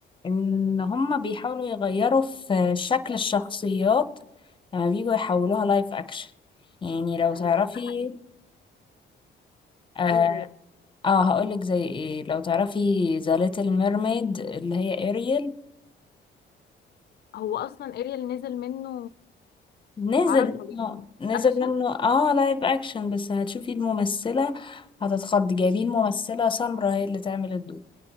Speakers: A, on the left; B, on the left.
A: ان هما بيحاولوا يغيروا في شكل الشخصيات لما بيجوا يحولوها لايف اكشن يعني لو
B: لما
A: تعرفي
B: تبقى حقيقي
A: اه,
B: ايه زي
A: آه هقولك زي ايه لو تعرفي ذا ليتل ميرميد اللي هي اريل
B: هو اصلا اريال نزل منه
A: نزل
B: عربي او
A: منه
B: يعني
A: نزل
B: اكشن
A: منه اه لايف اكشن بس هتشوفي الممثلة هتتخض جايبين ممثلة سمرا هي اللي تعمل الدور